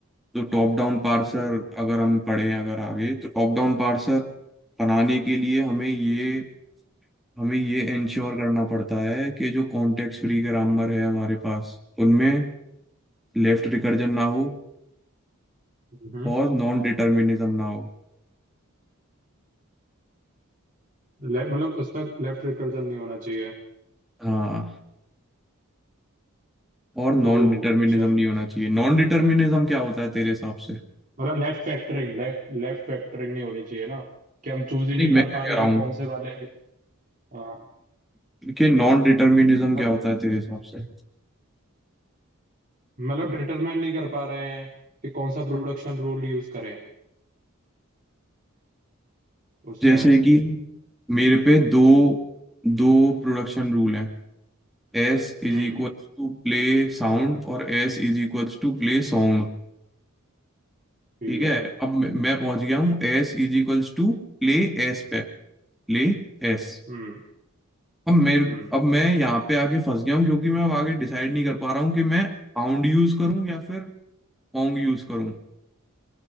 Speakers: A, in the centre; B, on the right.
A: तो टॉप डाउन पार्सर
B: हम्म
A: अगर हम पढ़ें अगर आगे तो टॉप डाउन पार्सर बनाने के लिए हमें ये हमें ये इंश्योर करना पड़ता है कि जो कॉन्टेक्स्ट फ्री ग्रामर है हमारे पास उनमें लेफ्ट रिकर्जन ना हो
B: हम्म
A: और नॉन डिटर्मिनिज्म ना हो
B: ले- मतलब उसमें लेफ्ट रिकर्जन नहीं होना चाहिए
A: हाँ और नॉन
B: ओह
A: डिटर्मिनिज्म
B: अच्छा
A: नहीं होना चाहिए नॉन डिटर्मिनिज्म क्या होता है तेरे हिसाब से
B: मतलब left factoring left left factoring नहीं होनी चाहिए ना कि हम चूज ही नहीं
A: नहीं
B: कर
A: मैं क्या
B: पा रहे
A: कह
B: कि
A: रहा हूँ
B: कौन से वाले हाँ
A: कि नॉन डिटर्मिनिज्म
B: मत-
A: क्या होता है तेरे हिसाब से
B: मतलब डिटरमाइन नहीं कर पा रहे हैं कि कौन सा प्रोडक्शन रूल यूज करें उसमें
A: जैसे कि मेरे पे दो दो प्रोडक्शन रूल है S
B: हम्म
A: is equals to play sound और S is equals to play song
B: ठीक
A: ठीक है
B: है
A: अब मैं मैं पहुंच गया हूँ एस इज इक्वल्स टू ले एस पे ले एस
B: हम्म
A: अब मेरे
B: हम्म
A: अब मैं यहाँ पे आगे फंस गया हूँ क्योंकि मैं अब आगे डिसाइड नहीं कर पा रहा हूँ कि मैं पाउंड यूज करूँ या फिर पोंग यूज करूँ